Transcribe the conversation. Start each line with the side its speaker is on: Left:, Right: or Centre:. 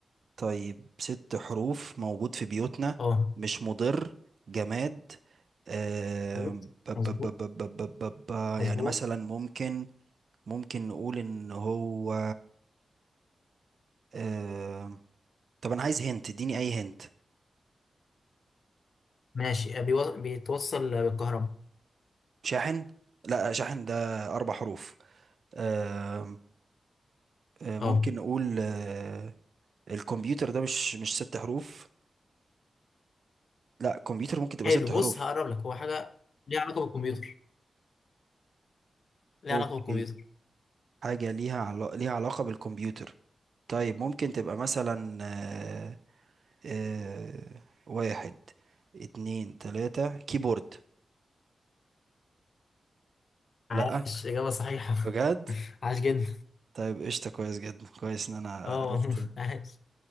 Right: طيب ست حروف موجود في بيوتنا
Left: اه
Right: مش مضر جماد آم،
Left: مظبوط
Right: ب- ب-
Left: مظبوط
Right: ب- ب- ب- ب- ب- ب-
Left: مظبوط
Right: يعني مثلا ممكن ممكن نقول ان هو آم، طب انا عايز هنت اديني اي هنت
Left: ماشي آه، بيو- بيتوصل بالكهرباء
Right: شاحن لا شاحن ده اربع حروف آم، آه، ممكن
Left: اه
Right: نقول آه، الكمبيوتر ده مش مش ست حروف لا كمبيوتر ممكن تبقى
Left: حلو
Right: ست
Left: بص
Right: حروف
Left: هقرب لك هو حاجة ليها علاقة بالكمبيوتر ليها
Right: اوكي
Left: علاقة بالكمبيوتر
Right: حاجة ليها علا... ليها علاقة بالكمبيوتر طيب ممكن تبقى مثلا آه، آه، واحد اتنين تلاتة كيبورد
Left: عاش
Right: لا
Left: إجابة صحيحة
Right: بجد
Left: <laughs> عاش جدا
Right: طيب قشطة كويس جدا كويس ان انا عرفت
Left: اه والله عاش